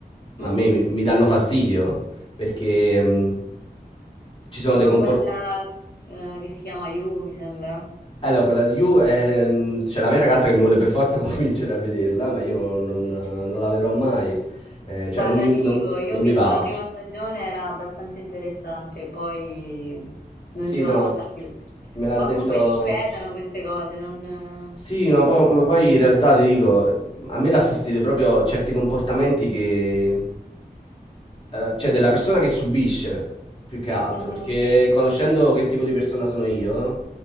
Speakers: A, on the left; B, on the left.
A: a
B: mh-mh.
A: me mi, mi danno fastidio perché mh, ci sono
B: Tipo
A: dei comportamenti...
B: quella, ehm, che si chiama You, mi sembra.
A: Allora, quella di You, ehm, c'è la mia ragazza che mi vuole per forza <laughs> convincere a vederla, ma io non, non la vedrò mai, Eh, cioè
B: Guarda,
A: non mi
B: ti
A: non-
B: dico, io
A: non
B: ho visto
A: mi va.
B: la prima stagione, era abbastanza interessante, poi non
A: Sì,
B: ce l'ho
A: no,
B: fatta più.
A: me l'ha
B: Ma
A: detto,
B: comunque ti inquietano queste cose, non...
A: sì, no, po- ma poi in realtà ti dico, a me dà fastidio proprio certi comportamenti che... eh, cioè della persona che subisce, più che altro,
B: Mhm.
A: perché conoscendo che tipo di persona sono io,